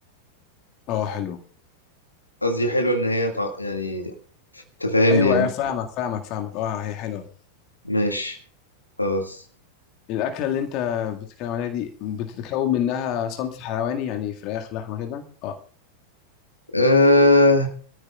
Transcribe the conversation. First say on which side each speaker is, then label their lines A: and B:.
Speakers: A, on the left; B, on the left.
A: اه حلو
B: قصدي حلوه ان هي طع... يعني تفهمني
A: ايوه
B: يعني
A: ايوه فاهمك فاهمك فاهمك اه هي حلوه
B: ماشي خلاص
A: الاكله اللي انت بتتكلم عليها دي بتتكون منها صنف حيواني يعني فراخ لحمه كده اه
B: أه...